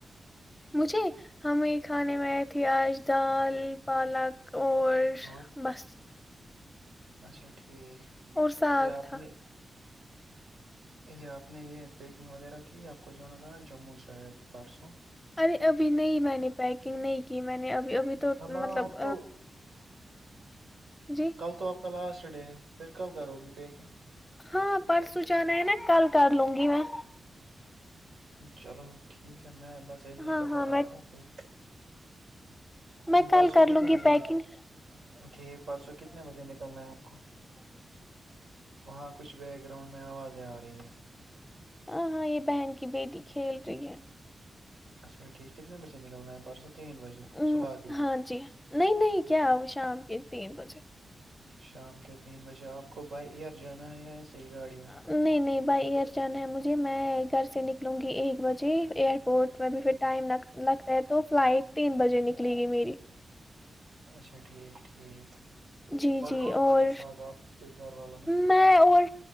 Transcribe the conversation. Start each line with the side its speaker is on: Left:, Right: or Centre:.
Left: مجھے ہم یہ کھانے میں پ پیاز ڈال پالک اور
Right: اور
Left: بس <unintelligible>
Right: اچھا ٹھیک
Left: اور ساگ
Right: ٹھیک اپنے
Left: تھا
Right: یہ آپ نے یہ پیکنگ وغیرہ کی آپ کو جانا تھا نا جموں شاید پرارسوں
Left: ارے ابھی بھی میں نے پیکنگ نہیں کی میں نے اب اب ابھی تو
Right: ہاں
Left: مطلب
Right: آپ تو
Left: جی
Right: کل تو آپ لاسٹ ڈے پھر کب کرو گی پیکنگ
Left: ہاں پرسوں جانا ہے نا کل کر لوں گی میں
Right: چلو ٹھیک ہے میں بس ایسے ہی
Left: ہاں
Right: بتا
Left: ہاں
Right: رہا
Left: میں
Right: تھا پھر
Left: میں کل
Right: پرسوں
Left: کر
Right: کتنے
Left: لوں گی
Right: بجے
Left: پیکنگ
Right: نکل ٹھیک پرسوں کتنے بجے نکلنا ہے آپ کو وہاں کچھ بیکگراؤنڈ میں آوازیں آ رہی ہے
Left: ہ ہاں یہ بہن کی بیٹی کھیل رہی ہے
Right: اچھا ٹھیک کتنے بجے نکلنا ہے پرسوں تین بجے
Left: ہ
Right: صبح کے
Left: ہاں جی نہیں نہیں کیا ہو شام کے تین بجے
Right: شام کے تین بجے آپ کو بائی ایئر جانا ہے یا ایسے ہی گاڑی میں
Left: نہیں نہیں بائی ایئر جان ہے مجھے میں گھر سے نک ن لوں گی ایک بجے ایئر پورٹ میں بھی پھر ٹائم لگتا ہے تو فلائٹ تین بجے نکلے گی میری
Right: اچھا ٹھیک ٹھیک
Left: جی جی
Right: کون
Left: اور
Right: کون ہے ساتھ آپ کے گھر والوں
Left: میں اور